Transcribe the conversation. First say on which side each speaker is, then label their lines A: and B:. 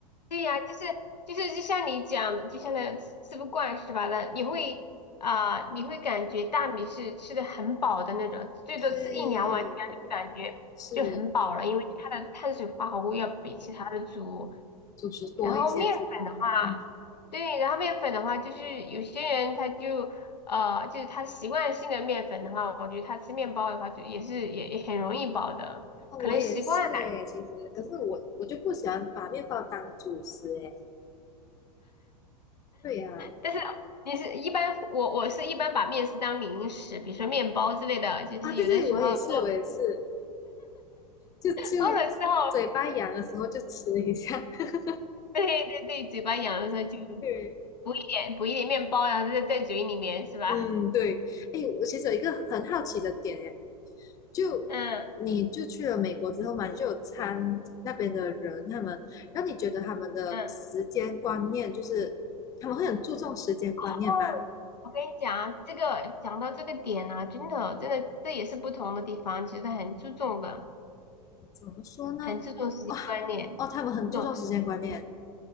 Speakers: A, on the left; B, on the left.
A: 对呀，就是就是就像你讲的，就像那吃不惯是吧？那你会啊、你会感觉大米是吃的很饱的那种，最多吃一两碗，
B: 对，
A: 这样就感觉就很饱了，
B: 是
A: 因为它的碳水化合物要比其他的足。
B: 主食多一些是吧？
A: 然后面粉的话，
B: 嗯，
A: 对，然后面粉的话，就是有些人他就呃，就是他习惯性的面粉的话，我觉得他吃面包的话，就也是也也很容易饱的，
B: 那我也是诶，
A: 可能习惯。
B: 其实可是我我就不喜欢把面包当主食诶。对呀、
A: 但是你是一般，我我是一般把面食当零食，比如说面包之类的，就是有的时候饿
B: 啊，啊对对，我也是我也是，就就嘴巴痒的时候就吃一下。
A: 饿了之后，
B: <laughs>
A: 对对对，嘴巴痒的时候就
B: 对，
A: 补一点补一点面包，然后在在嘴里面是吧？
B: 嗯对，哎我其实有一个很好奇的点诶，就你就去了美国之后嘛，
A: 嗯
B: 你就有参那边的人，他们让你觉得他们的时间观念就是他们会很注重时间观念吗？
A: 嗯。哦，我跟你讲啊，这个讲到这个点呢、真的真的这也是不同的地方，其实很注重的，
B: 怎么说呢？
A: 很注重时间观念，
B: 哦哦，他们很注重时间观念，
A: 这种